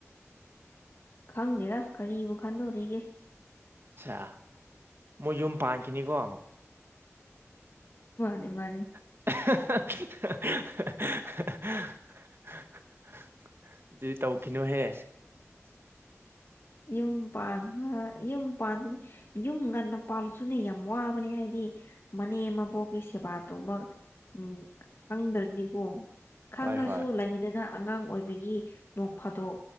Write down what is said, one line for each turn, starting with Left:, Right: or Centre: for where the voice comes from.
Left: ꯈꯪꯅꯤꯗ ꯀꯔꯤꯕꯨ ꯈꯪꯗꯣꯔꯦ
Right: ꯑ ꯃꯣꯏ ꯌꯨꯝ ꯄꯥꯟꯈꯤꯅꯤꯀꯣ
Left: ꯅꯤ ꯃꯥꯅꯦ
Right: <inaudible> ꯑꯗꯨ ꯇꯧꯈꯤꯅꯣꯍꯦ
Left: ꯌ ꯄꯥꯟ ꯌ ꯄꯥꯟꯗꯝꯅꯤ ꯌꯨꯝ ꯉꯟꯅ ꯄꯥꯜꯂꯁꯨꯅꯦ ꯌꯥꯝ ꯋꯥꯕꯅꯦ ꯍꯥꯏꯕꯗꯤ ꯃꯅꯦ ꯏꯃꯕꯨ ꯀꯩꯁꯦꯕꯥ ꯇ ꯎꯝ ꯈꯪꯗ꯭ꯔꯗꯤꯀꯣ ꯈꯪꯉꯁꯨ
Right: ꯍꯣꯏ ꯍꯣꯏ
Left: ꯂꯩꯗꯅ ꯑꯉꯥꯡ ꯑꯣꯏꯕꯒꯤ ꯅꯣꯡ ꯐꯥꯗꯣꯛ